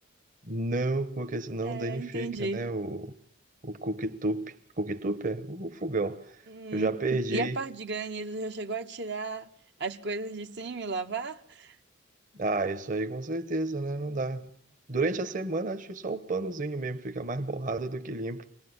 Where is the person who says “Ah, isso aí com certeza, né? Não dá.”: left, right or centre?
Right